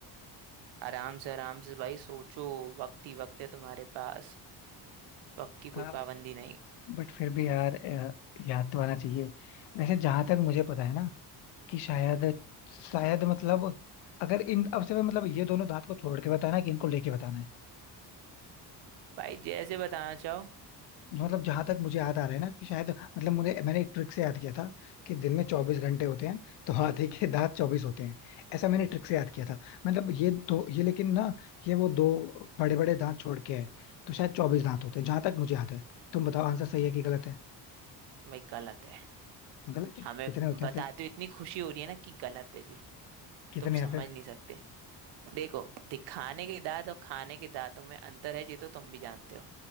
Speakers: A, on the right; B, on the left.
A: आराम से आराम से भाई सोचो वक्त ही वक्त है तुम्हारे पास वक्त की
B: दो
A: कोई पाबंदी नहीं
B: बट फिर भी यार अ, याद तो आना चाहिए वैसे जहां तक मुझे पता है ना कि शायद शायद मतलब अगर इन अब से मैं मतलब ये दोनों दांत को छोड़ के बताना है कि इनको लेके बताना है
A: भाई जैसे बताना चाहो
B: मतलब जहां तक मुझे याद आ रहा है ना कि शायद मतलब मुझे मैंने एक ट्रिक से याद किया था कि दिन में चौबीस घंटे होते हैं तो हाथी के दांत चौबीस होते हैं ऐसा मैंने ट्रिक से याद किया था मतलब ये दो ये लेकिन ना ये वो दो बड़े बड़े दांत छोड़ के है तो शायद चौबीस दांत होते हैं जहां तक मुझे याद है तुम बताओ आंसर सही है कि गलत है
A: भाई गलत है
B: गलत है
A: हमें
B: कितने होते
A: बताते
B: हैं फिर
A: हुए इतनी खुशी हो रही है ना कि गलत है जी
B: कितने
A: तुम
B: हैं
A: समझ
B: फिर
A: नहीं सकते देखो दिखाने के दांत और खाने के दांतों में अंतर है ये तो तुम भी जानते हो